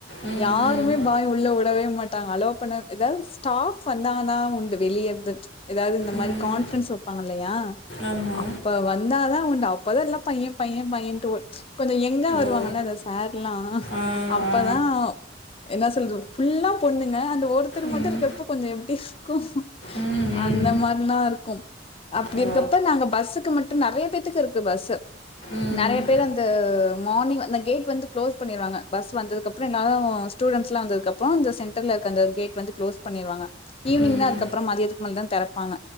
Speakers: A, on the left (about 70°); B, on the left (about 30°).
A: ம் ம்
B: யாருமே பாய் உள்ள உடவே மாட்டாங்க அலோ பண்ண எதாவது ஸ்டாஃப் வந்தாங்கனா உண்டு வெளியருந்து எதாவது இந்த மாரி
A: ம்
B: கான்ஃப்ரன்ஸ் வெப்பாங்க இல்லயா
A: ஆமா
B: அப்ப வந்தாதா உண்டு அ ப்பதா எல்லா பைய பைய பையன்டு ஒ கொஞ்சோ யங்கா வருவாங்கல
A: ஓ
B: அந்த சேர்லா
A: ஆ
B: அப்பதா
A: ஆ
B: என்ன சொல்ற ஃபுல்லா பொண்ணுங்க அந்த ஒருத்தர்
A: ம்
B: மட்டு இருக்கப்ப கொஞ்ச எப்டி இருக்கு
A: ம் ம்
B: அந்த மார்னா இருக்கு அப்டி
A: ஓ
B: இருக்கப்ப நாங்க பஸ்ஸுக்கு மட்டு நறைய பேத்துக்கு இரு த்து பஸ்ஸு
A: ம்
B: நெறைய பேர் அந்த மார்னிங் அந்த கேட் வந்து க்ளோஸ் பண்ணிருவாங்க பஸ் வந்ததுக் அப்புறோ என்னாலு ஸ்டூடென்ஸ்லா வந்ததுக்கப்றோ அந்த சென்டர்ல இருக்க அந்த கேட் வந்து க்ளோஸ் பண்ணிருவாங்க ஈவினிங்
A: ம்
B: தா அதுக்கப்றோ மதியத்துக் மேல தா தெறப்பாங்க